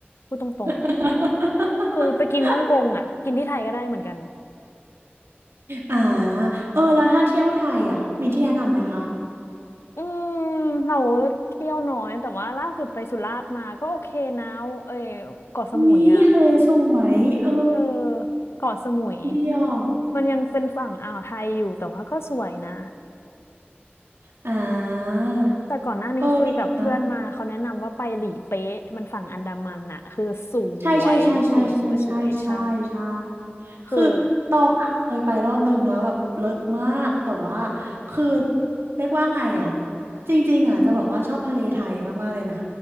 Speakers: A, on the left (about 85°); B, on the right (about 75°).
A: พูดตรง
B: <laughs>
A: ๆ คือไปกินฮ่องกงอ่ะ กินที่ไทยก็ได้เหมือนกัน
B: อ่าเออแล้วถ้าเที่ยวไทยอ่ะมีที่แนะนำไหมคะ
A: อืมเราเที่ยวน้อยแต่ว่าล่าสุดไปสุราษฎร์มาก็โอเคนะเอ้ยเกาะสมุยอ่ะ
B: มีทะเลสวยเออ
A: เออเกาะสมุย
B: ดีอ่ะ
A: มันยังเป็นฝั่งอ่าวไทยอยู่แต่ว่าก็สวยนะ
B: อ่า
A: แต่ก่อนหน้านี้คุยกับเพื่อนมาเขาแนะนำว่าไปหลีเป๊ะมันฝั่งอันดามันน่ะคือสวยสวยสวยสวยใช่
B: เออดีนะใช่ใช่ใช่ใช่ใช่ใช่ใช่ใช่
A: คือ
B: คือตองอะเคยไปรอบนึงแล้วแบบเลิศมากแต่ว่าคือเรียกว่าไงอ่ะจริงๆอ่ะจะบอกว่าชอบทะเลไทยมากๆเลยนะ